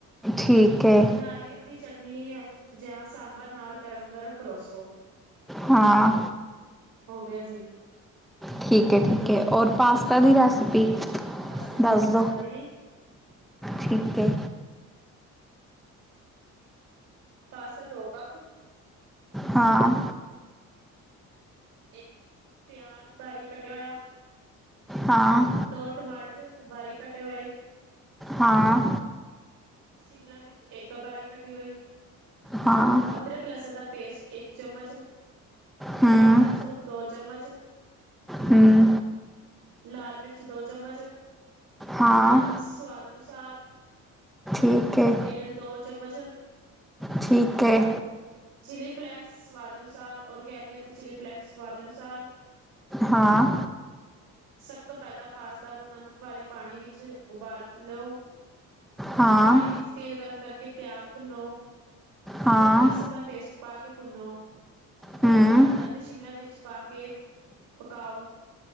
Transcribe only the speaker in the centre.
ਠੀਕ ਹੈ
ਹਾਂ।
ਠੀਕ ਹੈ ਠੀਕ ਹੈ ਔਰ ਪਾਸਤਾ ਦੀ ਰੈਸਿਪੀ
ਦੱਸ
ਦਿਉ।
ਠੀਕ ਏ।
ਹਾਂ।
ਹਾਂ।
ਹਾਂ।
ਹਾਂ
ਹੂੰ
ਹਮ।
ਹਾਂ
ਠੀਕ ਹੈ।
ਠੀਕ ਹੈ।
ਹਾਂ।
ਹਾਂ
ਹਾਂ
ਹੂੰ